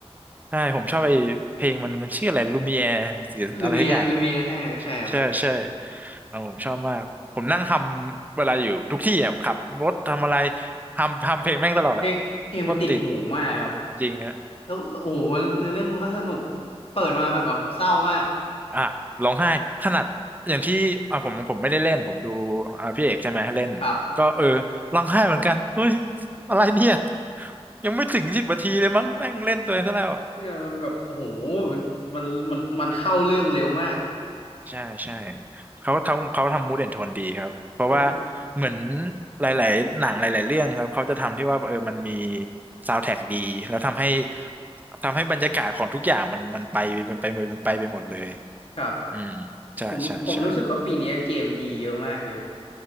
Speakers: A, on the right (about 15°); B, on the left (about 60°).
A: ใช่ผมชอบไอ้เพลงมันมันชื่ออะไรลูมิแอร์หรืออะไรสักอย่างเนี่ยแหละ
B: ลูเมียลูเมียใช่ใช่ครับ
A: ใช่ใช่เออผมชอบมากผมนั่งทำเวลาอยู่ทุกที่อ่ะขับรถทำอะไรทำทำเพลงแม่งตลอดอ่ะ
B: เพลงเพลงมันติดหูมากครับ
A: โคตรติดจริงอ่ะ
B: แล้วโอ้โหเนื้อเรื่องมันก็สนุกเปิดมาแบบแบบเศร้ามาก
A: อ่ะร้องไห้ขนาดอย่างที่อ่ะผมผมไม่ได้เล่นผมดูอ่ะพี่เอกใช่ไหมเล่นก็เออ
B: ครับ
A: ร้องไห้เหมือนกันเฮ้ยอะไรเนี่ยยังไม่ถึงสิบนาทีเลยมั้งนั่งเล่นตัวเองซะแล้ว
B: เนี่ยมันแบบโอ้โหมันมันมันมันเข้าเรื่องเร็วมาก
A: ใช่ใช่เขาทำเขาทำมูดแอนโทนดีครับเพราะว่า
B: ใช่ครับ
A: เหมือนหลายๆหนังหลายๆเรื่องครับเขาจะทำที่ว่าเออมันมีซาว n d t ท a c k ดีแล้วทำให้ทำให้บรรยากาศของทุกอย่างมันมันไปมันไปมันไปไปหมดเลย
B: ครับ
A: อืมใช่ใช่ใช่
B: ผมผมรู้สึกว่าปีนี้เกมดีเยอะมากเลย